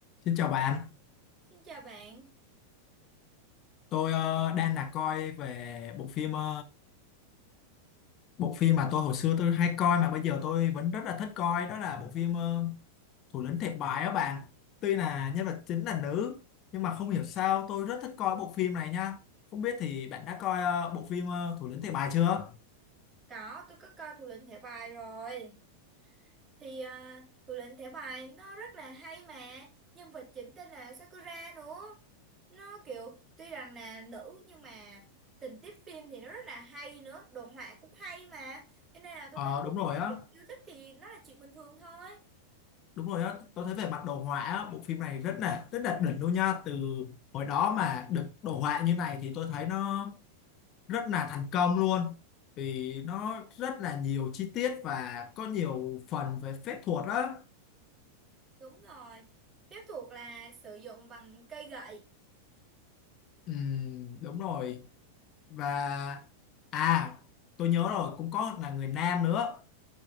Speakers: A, on the left; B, on the right.
A: Xin chào bạn,
B: Xin chào bạn.
A: tôi ờ, đang là coi về bộ phim ờ, bộ phim mà tôi hồi xưa tôi hay coi mà bây giờ tôi vẫn rất là thích coi đó là bộ phim ờ, Thủ lĩnh thiệt bài á bạn. Tuy là nhân vật chính là nữ nhưng mà không hiểu sao tôi rất thích coi bộ phim này nha. Không biết thì bạn đã coi ờ, bộ phim ờ, Thủ lĩnh thiệt bài chưa?
B: Có, tôi có coi Thủ lĩnh thẻ bài rồi. Thì à, Thủ lĩnh thẻ bài nó rất là hay mà. Nhân vật chính tên là Sakura nữa. Nó kiểu tuy rằng là nữ nhưng mà tình tiết phim thì nó rất là hay nữa. Đồ họa cũng hay mà. Cho nên là tôi
A: Ờ
B: thấy bộ
A: đúng rồi
B: phim này
A: á,
B: được yêu thích thì nó là chuyện bình thường thôi.
A: đúng rồi á, tôi thấy về mặt đồ họa á, bộ phim này rất là rất là đỉnh luôn nha. Từ hồi đó mà được đồ họa như này thì tôi thấy nó rất là thành công luôn vì nó rất là nhiều chi tiết và có nhiều phần về phép thuật á
B: Đúng rồi. Phép thuật là sử dụng bằng cây gậy.
A: Ừm, đúng rồi và à tôi nhớ rồi cũng có là người nam nữa